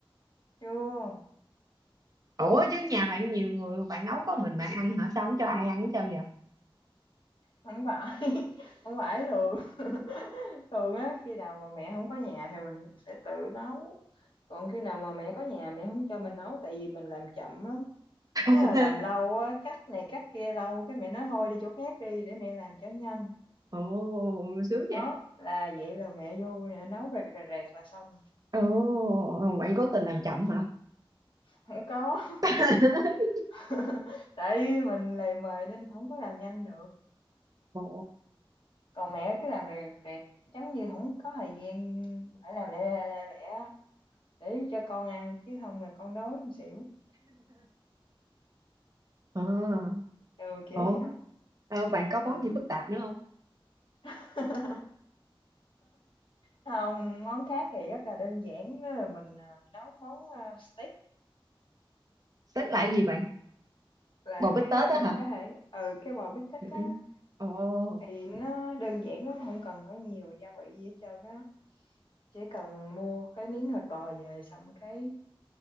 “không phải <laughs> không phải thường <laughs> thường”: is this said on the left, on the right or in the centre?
Left